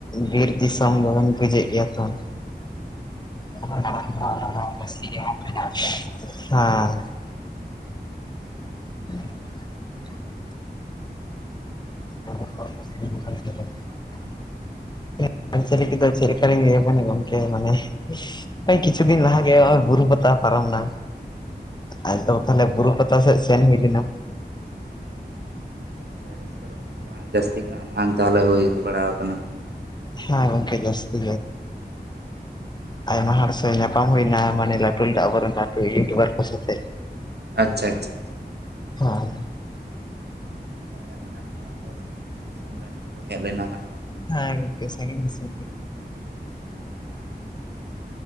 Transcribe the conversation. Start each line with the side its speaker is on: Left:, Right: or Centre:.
Left: ᱵᱤᱨ ᱫᱤᱥᱚᱢ ᱫᱚᱵᱚᱱ ᱵᱩᱡᱮᱜ ᱜᱮᱭᱟ ᱛᱚ <unintelligible> ᱦᱮᱸ <unintelligible> <unintelligible> <unintelligible> ᱪᱮᱫᱞᱮᱠᱟ ᱞᱤᱧ ᱞᱮᱭ ᱟᱹᱵᱤᱱᱟ ᱜᱚᱢᱠᱮ ᱢᱟᱱᱮ ᱦᱳᱭ ᱠᱤᱪᱷᱩ ᱫᱤᱱ ᱞᱟᱦᱟ ᱦᱚᱸᱜ ᱚᱭ ᱵᱩᱨᱩ ᱯᱟᱛᱟ ᱯᱟᱨᱚᱢ ᱱᱟ ᱟᱫᱚ ᱛᱟᱦᱚᱞᱮ ᱵᱩᱨᱩ ᱯᱟᱛᱟ ᱥᱮ ᱥᱮᱱ ᱦᱩᱭᱞᱮᱱᱟ
Right: ᱞᱟᱪᱪᱷᱟ ᱨᱟᱹᱥᱠᱟᱹ ᱨᱚᱢᱚᱡ ᱠᱚ ᱫᱚ ᱦᱟᱸᱜ ᱡᱟᱹᱥᱛᱤ ᱜᱮ ᱱᱟᱦᱟᱜ ᱛᱟᱦᱚᱞᱮ ᱦᱩᱭ ᱵᱟᱲᱟᱟᱣ ᱠᱟᱱᱟ
Left: ᱦᱮᱸ ᱜᱚᱝᱠᱮ ᱡᱟᱹᱥᱛᱤ ᱟᱭᱢᱟ ᱦᱚᱲ ᱥᱮ ᱧᱟᱯᱟᱢ ᱦᱩᱭᱱᱟ ᱢᱟᱱᱮ ᱞᱟᱹᱴᱩ ᱞᱟᱹᱴᱩ ᱟᱵᱚᱨᱮᱱ ᱞᱟᱹᱴᱩ ᱤᱭᱩᱴᱩᱵᱟᱨ ᱠᱚ ᱥᱟᱛᱮ
Right: ᱟᱪᱪᱷᱟ ᱟᱪᱪᱷᱟ
Left: ᱟᱨ
Right: ᱛᱟᱦᱚᱞᱮ ᱱᱟᱦᱟᱜ ᱢᱟᱲᱟᱝ ᱫᱚ ᱥᱟᱺᱜᱤᱧ ᱥᱟᱺᱜᱤᱧ ᱫᱤᱥᱚᱢ ᱨᱮᱱ ᱜᱮᱠᱚ ᱦᱮᱡ ᱞᱮᱱᱟ ᱦᱟᱜ
Left: ᱦᱮᱸ ᱜᱚᱝᱠᱮ ᱥᱟᱺᱜᱤᱧ ᱫᱤᱥᱚᱢ ᱜᱮ